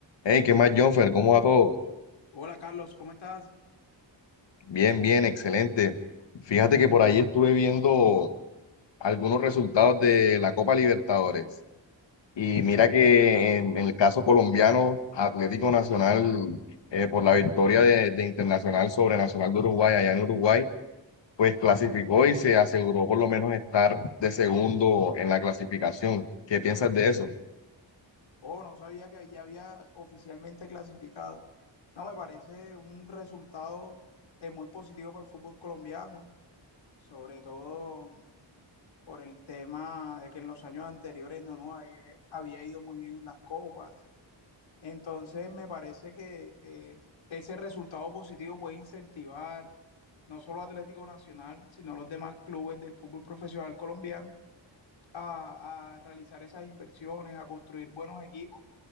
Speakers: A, on the left (about 70°); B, on the left (about 85°).
A: Hey, ¿qué más, Jonfer? ¿Cómo va todo?
B: Hola Carlos, ¿cómo estás?
A: Bien, bien, excelente. Fíjate que por ahí estuve viendo algunos resultados de la Copa Libertadores. Y mira que en, en el caso colombiano, Atlético Nacional, eh, por la victoria de, de Internacional sobre Nacional de Uruguay allá en Uruguay, pues clasificó y se aseguró por lo menos estar de segundo en la clasificación. ¿Qué piensas de eso?
B: Oh, no sabía que ya había oficialmente clasificado. No, me parece un resultado eh, muy positivo para el fútbol colombiano, sobre todo por el tema de que en los años anteriores no nos había, había ido muy bien en las copas. Entonces, me parece que eh, ese resultado positivo puede incentivar no solo a Atlético Nacional, sino a los demás clubes del fútbol profesional colombiano a, a realizar esas inversiones, a construir buenos equipos